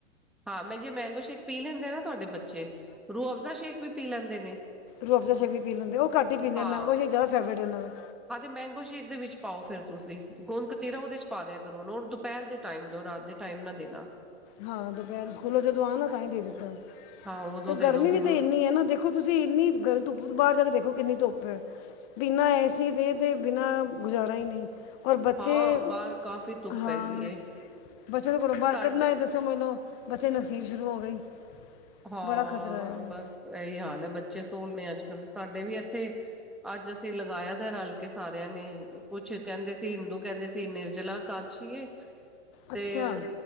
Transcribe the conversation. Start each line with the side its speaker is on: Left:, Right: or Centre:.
Centre: ਹਾਂ ਮੈਂ ਜੇ ਮੈਂਗੋ ਸ਼ੇਕ ਪੀ ਲੈਂਦੇ ਨਾ ਤੁਹਾਡੇ ਬੱਚੇ, ਰੂ-ਅਫਜ਼ਾ ਸ਼ੇਕ ਵੀ ਪੀ ਲੈਂਦੇ ਨੇ।
Left: ਰੋਫ ਦਾ ਸੇ ਵੀ ਪੀ ਲੈਂਦੇ ਉਹ ਘੱਟ ਹੀ ਪੀਂਦੇ
Centre: ਹਾਂ
Left: ਮੈਂਗੋ ਜਿਆਦਾ ਫੇਵਰੇਟ ਇਹਨਾਂ ਦਾ
Centre: ਹਾਂ ਤੇ ਮੈਂਗੋ ਸ਼ੇਕ ਦੇ ਵਿੱਚ ਪਾਓ ਫੇਰ ਤੁਸੀਂ, ਗੋਦਕਤੀਰਾ ਉਹਦੇ ਚ ਪਾ ਦਿਆ ਕਰੋੁ ਦੁਪਹਿਰ ਦੇ ਟਾਈਮ ਦਓ, ਰਾਤ ਦੇ ਟਾਈਮ ਨਾ ਦੇਣਾ।
Left: ਹਾਂ ਦੁਪਹਿਰ ਸਕੂਲੋਂ ਜਦੋਂ ਆ ਨਾ ਤਾਂ ਹੀ ਦੇ ਦਿੱਤਾ।
Centre: ਹਾਂ ਉਦੋਂ ਦੇ
Left: ਗਰਮੀ
Centre: ਦੋ ਹੁਣ
Left: ਵੀ ਤੇ ਇੰਨੀ ਆ ਨਾ ਦੇਖੋ ਤੁਸੀਂ ਇੰਨੀ ਗਰ ਧੁੱਪ ਬਾਹਰ ਜਾ ਕੇ ਦੇਖੋ ਕਿੰਨੀ ਧੁੱਪ ਹੈ। ਬਿਨਾਂ ਐਏਸੇ ਦੇ ਬਿਨਾਂ ਗੁਜ਼ਾਰਾ ਹੀ ਨਹੀਂ ਔਰ ਬੱਚੇ,
Centre: ਹਾਂ ਬਾਹਰ ਕਾਫ਼ੀ ਧੁੱਪ
Left: ਹਾਂ
Centre: ਹੈਗੀ ਏ
Left: ਬੱਚੇ ਨੂੰ ਘਰੋਂ ਬਾਰ
Centre: ਸਾਡੇ
Left: ਕੱਢਨਾ ਲੋ ਬੱਚੇ ਨਸੀਹ ਸ਼ੁਰੂ ਹੋ ਗਈ
Centre: ਹਾਂ,
Left: ਬੜਾ ਖ਼ਤਰਾ ਹੈ।
Centre: ਬਸ ਇਹੀ ਹਾਲ ਹੈ। ਬੱਚੇ ਸੋਹਲ ਨੇ ਅੱਜ-ਕੱਲ। ਸਾਡੇ ਵੀ ਇੱਥੇ ਅੱਜ ਅਸੀਂ ਲਗਾਇਆ ਤਾਂ ਰਲ ਕੇ ਸਾਰਿਆਂ ਨੇ, ਕੁਛ ਕਹਿੰਦੇ ਸੀ ਹਿੰਦੂ ਕਹਿੰਦੇ ਸੀ ਨਿਰਜਲਾ ਏਕਾਦਸ਼ੀ ਏ, ਤੇ
Left: ਅੱਛਾ